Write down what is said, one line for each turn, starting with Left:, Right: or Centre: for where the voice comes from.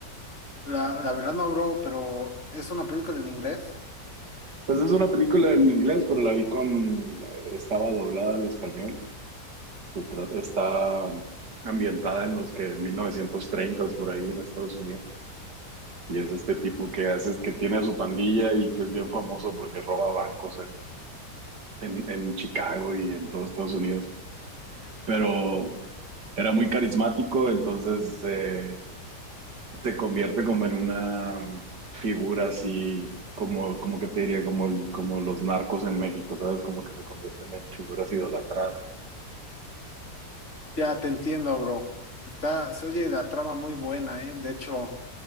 Left: la, la verdad no, bro, pero es una película en inglés.
Right: Pues es una película en inglés, pero la vi con, eh, estaba doblada al español. Se trata, está ambientada en los que mil novecientos treinta por ahí en Estados Unidos. Y es este tipo que hace, que tiene a su pandilla y que es bien famoso porque roba bancos en, en, en Chicago y en todos Estados Unidos. Pero era muy carismático, entonces eh, se convierte como en una mm, figura así, como, como que te diría, como, el- como los narcos en México, ¿sabes? Como que se convierten en figuras idolatradas.
Left: Ya te entiendo, bro. Está, se oye la trama muy buena, ¿eh? De hecho,